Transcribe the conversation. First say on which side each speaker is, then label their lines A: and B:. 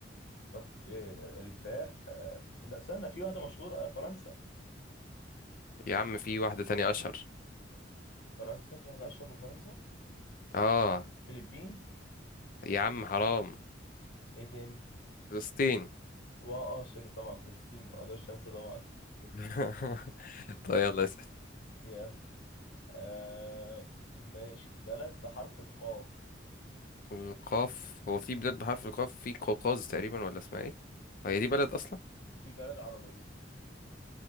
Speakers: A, on the left; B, on the left.
A: اوكي الفاء آه، لا استنى في واحدة مشهورة آه، فرنسا
B: يا عم في واحدة تانية اشهر
A: فرنسا في واحدة اشهر من فرنسا
B: اه
A: فلبين
B: يا عم حرام
A: ايه تاني
B: فلسطين
A: واه اه سوري طبعا فلسطين ما اقدرش انسى طبعا
B: <laughs> طيب يلا اسأل
A: يلا آه ماشي بلد بحرف القاف
B: القاف هو في بلاد بحرف القاف في قوقاز تقريبا ولا اسمها ايه آه، هي دي بلد اصلا
A: في بلد عربية